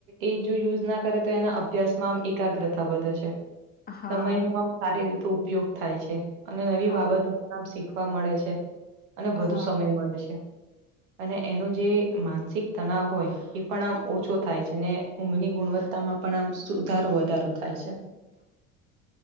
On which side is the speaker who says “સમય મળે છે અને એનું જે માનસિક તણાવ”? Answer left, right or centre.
Right